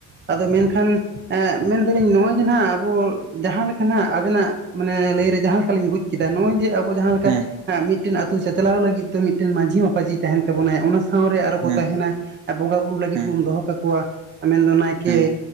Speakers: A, on the right; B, on the right.
A: ᱟᱫᱚ ᱢᱮᱱᱠᱷᱟᱱ ᱮᱸᱜ ᱢᱮᱱᱫᱟᱞᱤᱧ ᱱᱚᱣᱟ ᱜᱮ ᱱᱟᱸᱜ ᱟᱵᱚ ᱡᱟᱦᱟᱸ ᱞᱮᱠᱟ ᱱᱟᱸᱜ ᱟᱵᱚᱱᱟᱜ ᱢᱟᱱᱮ ᱞᱟᱹᱭᱨᱮ ᱡᱟᱦᱟᱸ ᱞᱮᱠᱟᱞᱤᱧ ᱵᱩᱡ ᱠᱮᱫᱟ ᱱᱚᱸᱜᱼᱚᱭ ᱡᱮ ᱟᱵᱚ ᱡᱟᱦᱟᱸ
B: ᱦᱮᱸ
A: ᱦᱟᱸᱢᱤᱫᱴᱤᱝ ᱟᱹᱛᱩᱳ ᱪᱟᱪᱞᱟᱣ ᱞᱟᱹᱜᱤᱫ ᱢᱤᱫᱴᱮᱱ ᱢᱟᱹᱡᱷᱤ ᱢᱟᱯᱟᱡᱷᱤ ᱛᱟᱦᱮᱸᱱ ᱛᱟᱵᱚᱱᱟᱭ ᱚᱱᱟ ᱥᱟᱶᱨᱮ ᱟᱨᱚ
B: ᱦᱮᱸ
A: ᱠᱚ ᱛᱟᱦᱮᱸᱱᱟ ᱵᱚᱸᱜᱟ ᱵᱩᱨᱩ ᱞᱟᱹᱜᱤᱫ
B: ᱦᱮᱸ
A: ᱵᱚᱱ ᱫᱚᱦᱚ ᱠᱟᱠᱚᱣᱟ ᱢᱮᱱᱫᱚ ᱱᱟᱭᱠᱮ
B: ᱦᱮᱸ